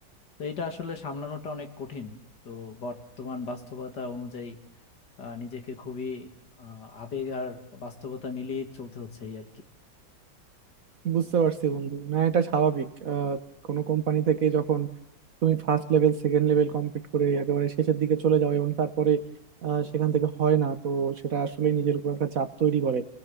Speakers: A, on the left; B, on the right.
A: তো এটা আসলে সামলানোটা অনেক কঠিন তো বর্তমান বাস্তবতা অনুযায়ী আহ, নিজেকে খুবই আহ, আবেগ আর বাস্তবতা মিলিয়ে চলতে হচ্ছে এই আর কি
B: বুঝতে পারছি বন্ধু না এটা স্বাভাবিক আহ, কোনো কোম্পানি থেকে যখন তুমি first level second level complete করে একেবারে শেষের দিকে চলে যাও এবং তারপরে আহ, সেখান থেকে হয় না তো সেটা আসলে নিজের উপর একটা চাপ তৈরি করে